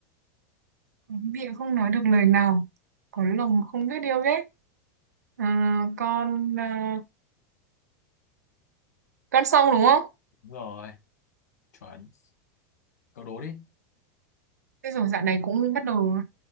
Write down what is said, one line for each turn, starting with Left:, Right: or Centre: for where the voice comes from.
Right: Miệng không nói được lời nào, có lòng không biết điều ghét. À, con à, con xong đúng không?
Left: Đúng rồi, chuẩn. Cậu đố đi.
Right: Thế rồi dạo này cũng bắt đầu